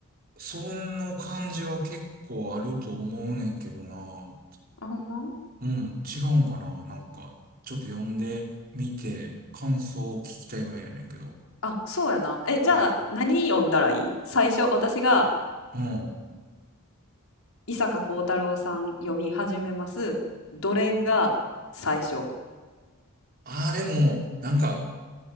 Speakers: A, on the right; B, on the left.
A: その感じは結構あると思うねんけどな。
B: あ、ほんま
A: うん、違うんかな。なんか、ちょっと読んでみて、感想を聞きたいぐらいやねんけど。
B: あ、そうやな。え、じゃあ、
A: うん
B: 何読んだらいい最初、私が、
A: うん、
B: 伊坂幸太郎さん読み始めます。どれが最初
A: ああ、でも、なんか、